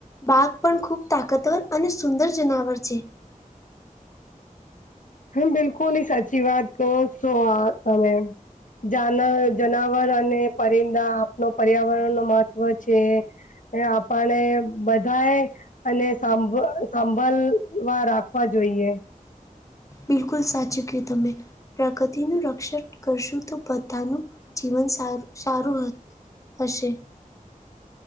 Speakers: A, on the left; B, on the left.
A: બાગ પણ ખૂબ તાકતવર અને સુંદર જનાવર છે
B: હમ બિલકુલ એ સાચી વાત કો સો તમે જાન જનાવર અને પરિંદા આપનો પર્યાવરણ ન મહત્વ છે એ આપણે બધા એ અને સાંભ સાંભળવા રાખવા જોઈએ
A: બિલકુલ સાચું કય તમે પ્રગતિનું રક્ષણ કરશું તો બધાનું જીવન સારું સારું હત હશે <inaudible>